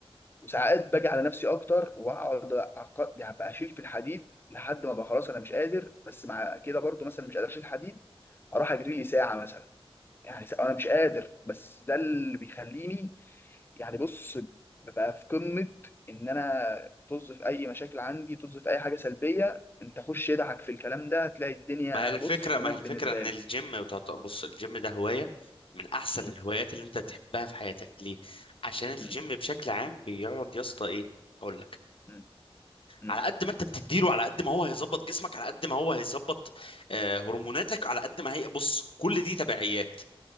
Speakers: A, on the left; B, on the left.
A: وساعات باجي على نفسي اكتر واقعد أعق- يعني أبقى اشيل في الحديد لحد ما بقى خلاص انا مش قادر بس مع كده برضو مثلا مش قادر اشيل حديد اروح اجري لي ساعه مثلا يعني ساعة انا مش قادر بس ده اللي بيخليني يعني بص ببقى في قمه ان انا طز في اي مشاكل عندي طز في اي حاجه سلبيه انت خش يدعك في الكلام ده هتلاقي الدنيا
B: ما هي الفكره
A: بص تمام
B: ما هي الفكره
A: بالنسبه
B: ان
A: لي
B: الجيم وتعت- بص الجيم ده هوايه من احسن
A: م-
B: الهوايات اللي انت تحبها في حياتك ليه عشان الجيم
A: م-
B: بشكل عام بيقعد يا اسطى ايه اقول لك
A: م- م.
B: على قد ما انت بتديله على قد ما هو هيظبط جسمك على قد ما هو هيظبط آه، هرموناتك على قد ما هي بص كل دي تبعيات